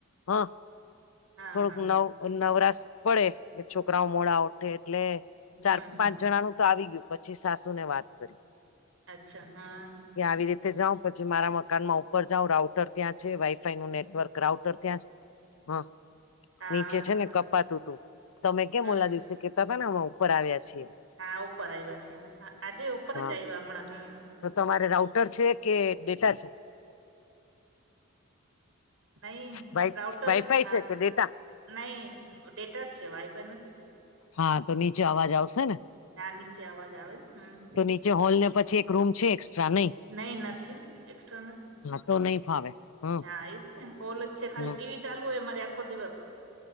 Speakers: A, on the left; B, on the right.
A: હ
B: હા
A: થોડુંક
B: હા
A: નવ નવરાશ પડે ડે છોકરાઓ મોડા ઉઠે એટલે ચાર
B: હમ
A: પાંચ
B: હમ
A: જાનું તો આવી ગયું પછી સાસુ ને વાત કરી
B: અચ્છા હા
A: ત્યાં આવી રીતે જાઉ પછી મારા મકાનનું માં ઉપર જાવ રાઉટર ત્યાં છે વાઈફાઈ નું નેટવર્ક રાઉટર ત્યાં છે હ
B: હા
A: નીચે છે ને કપાતૂ તુ તમે કેમ
B: હમ
A: ઓલા દિવસે કેતા તા ને વવ ઉપર આવ્યા છીએ. ને
B: હા, ઉપર આયવા છે હા આજે ઉપર
A: હા
B: જ આયવા હમણાં હમણાં હું.
A: તો તમારે રાઉટર છે કે ડેટા છે?
B: નહી
A: વાઈ
B: રાઉટર
A: વાઈફાઈ
B: જ હા
A: છે કે ડેટા
B: નઈ ડેટા જ છે વાયફાઈ નથી.
A: હા તો નીચે અવાજ આવશે ને
B: હા નીચે અવાજ આવે હમ
A: તો નીચ નીચે હોલ ને પછી એક રૂમ છે એક્સ્ટ્રા નઈ.
B: નહી નથી, એક્સ્ટ્રા નથી.
A: તો નઈ ફાવે. હમ
B: હા એજ ને હોલ જ છે ખાલી
A: હમ
B: ટીવી ચાલુ હોય મારે આખો દિવસ.